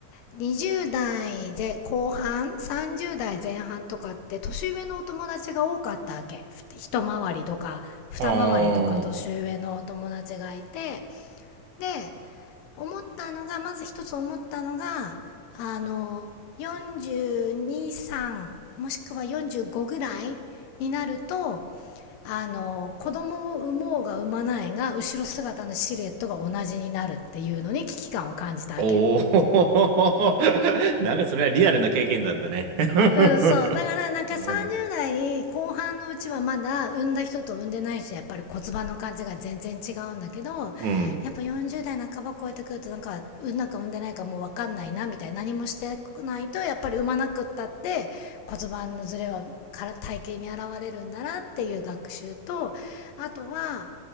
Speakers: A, on the left (about 85°); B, on the right (about 70°).
A: 20代で後半、30代前半とかって年上のお友達が多かったわけ。一回りとか、二回りとか年上のお友達がいて、
B: あー、
A: で、思ったのが、まず一つ思ったのが、あの、42、3もしくは45ぐらいになると、あの、子供を産もうが産まないが、後ろ姿のシルエットが同じになるっていうのに危機感を感じたわけ。
B: おー。<laughs> なんかそれはリアルな経験なんだね。
A: うん、
B: <laughs>
A: そう。だから、なんか30代後半のうちはまだ産んだ人と産んでない人、
B: うん、
A: やっぱり骨盤の感じが全然違うんだけど、
B: うん、
A: やっぱ40代半ば超えてくると、なんか、産んだか産んでないかもう分かんないな、みたいな。何もしてないと、やっぱり産まなくったって、骨盤のズレはから体型に現れるんだなっていう学習と、あとは、